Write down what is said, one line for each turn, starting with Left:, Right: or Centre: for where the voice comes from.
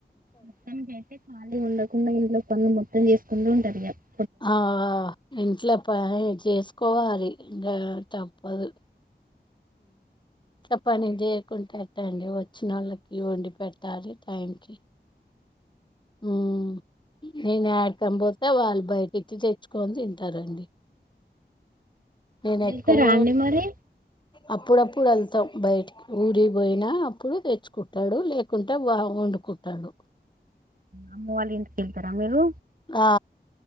Right: మొత్తం తే ఖాళీ ఉండకుండా ఇంట్లో పనులు మొత్తం చేసుకుంటూ ఉంటారు ఇక
Left: ఆ ఇంట్లో ప చేసు కోవారి ఇంగ తప్పదు చప్పనిద కుంటేట్టండి వచ్చిన వాళ్ళకి వండి పెట్టాలి థ్యాంక్ యూ ఉమ్ నేను ఏడి కన్నా పోతే వాళ్ళు బయటికి తెచ్చుకుని తింటారు తింటారండి నేను
Right: వెళ్తారా
Left: ఎక్కువ
Right: అండి మరి
Left: అప్పుడప్పుడు వెళ్తాం బయటికి ఊరి పోయినా అప్పుడు తెచ్చుకుంటాడు లేకుంటె వ వండుకుంటాడు
Right: అమ్మ వాళ్ళ ఇంటికి వెళ్తారా మీరు
Left: ఆ